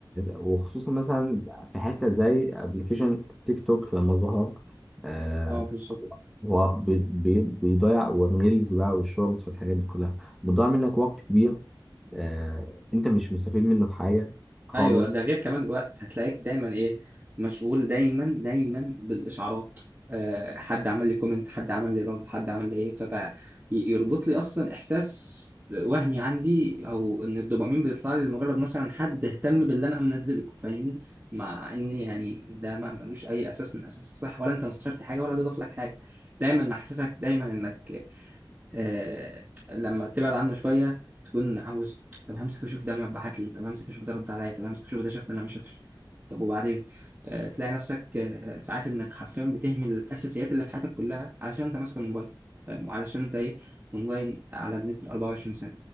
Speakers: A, in the centre; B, on the right.
A: وخصوصا مثلا في حته زي ابلكيشن تيك توك لما ظهر آه
B: اه بالظبط
A: هو بي... بي... بيضيع والريلز بقى والشورتس والحاجات دي كلها بتضيع منك وقت كبير آه انت مش مستفيد منه بحاجه خالص
B: ايوه ده غير كمان الوقت هتلاقيك دايما ايه مشغول دايما دايما بالاشعارات أه حد عمل لي كومنت حد عمل لي لاف حد عمل لي ايه فبقى ي- يربط لي اصلا احساس وهمي عندي او ان الدوبامين بيطلع لي لمجرد مثلا حد اهتم باللي انا منزله فاهمني مع ان يعني ده ما ملوش اي اساس من اساس الصح ولا انت مستفدت حاجه ولا ده ضاف لك حاجه دايما محسسك دايما انك آه لما تبعد عنه شويه تكون عاوز طب همسك اشوف ده بعت لي طب همسك اشوف ده رد عليا طب همسك اشوف ده شاف ولا ما شافش طب وبعدين آه تلاقي نفسك آه ساعات انك حرفيا بتهمل الاساسيات اللي في حياتك كلها علشان انت ماسك الموبايل فاهم وعلشان انت ايه اونلاين على النت 24 ساعه